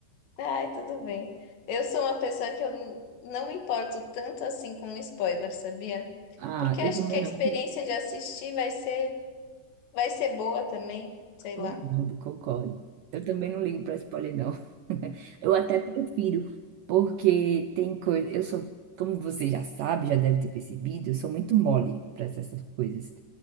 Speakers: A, on the left; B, on the right.
A: Ai, tudo bem. Eu sou uma pessoa que eu n- não me importo tanto assim com spoiler, sabia?
B: Ah,
A: Porque
B: eu
A: acho
B: também
A: que a experiência
B: não.
A: de assistir vai ser, vai ser boa também, sei
B: Concordo,
A: lá.
B: concordo. Eu também não ligo para spoiler, não. <laughs> Eu até prefiro, porque tem coisa. Eu sou, como você já sabe, já deve ter percebido, eu sou muito mole para essas coisas.